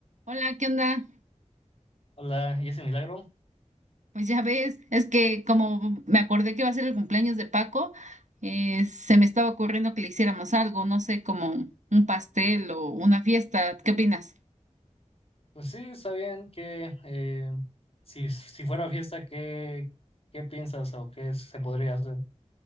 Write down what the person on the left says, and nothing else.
Hola, ¿y ese milagro?
Pues sí, está bien que eh, si, si fuera fiesta, ¿qué, qué piensas o qué se podría hacer?